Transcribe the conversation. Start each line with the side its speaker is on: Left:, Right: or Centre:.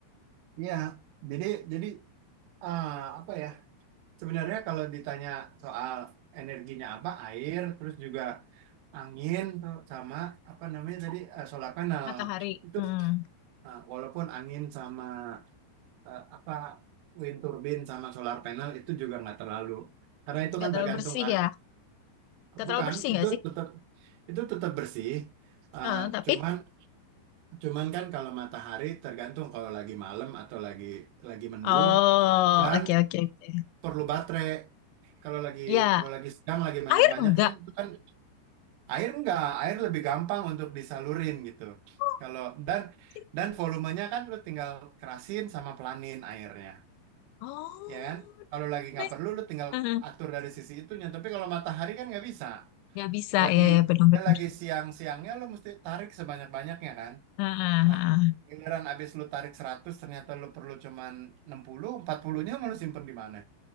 Right: iya. Jadi jadi ah, apa ya? Sebenarnya kalau ditanya soal energinya apa, air, terus juga angin tuh sama apa namanya tadi eh, solar panel
Left: matahari.
Right: itu
Left: Hmm,
Right: Nah, walaupun angin sama eh, apa wind turbine sama solar panel itu juga nggak terlalu karena itu
Left: gak
Right: kan
Left: terlalu
Right: tergantung
Left: bersih
Right: kan
Left: ya. Gak
Right: bukan
Left: terlalu bersih
Right: itu
Left: gak sih?
Right: tetap itu tetap bersih Eh,
Left: Heeh, tapi
Right: cuman cuman kan kalau matahari tergantung kalau lagi malam atau lagi lagi mendung
Left: oh
Right: dan
Left: oke oke oke.
Right: perlu baterai kalau lagi
Left: Ya
Right: kalau lagi sedang lagi banyak-banyaknya
Left: air enggak.
Right: itu kan air enggak air lebih gampang untuk disalurin gitu
Left: Oh,
Right: kalau dan
Left: oke.
Right: dan volumenya kan lu tinggal kerasin sama pelanin airnya
Left: Oh,
Right: ya kan? Kalau lagi nggak
Left: nice.
Right: perlu, lu tinggal
Left: Heeh.
Right: atur dari sisi itunya. Tapi kalau matahari kan nggak bisa.
Left: bisa
Right: Lagi
Left: ya ya benar-benar.
Right: ya lagi siang-siangnya lu mesti tarik sebanyak-banyaknya kan?
Left: Heeh,
Right: Nah,
Left: heeh.
Right: giliran abis lu tarik 100 ternyata lu perlu cuman 60, 40-nya mau lu simpen di mana?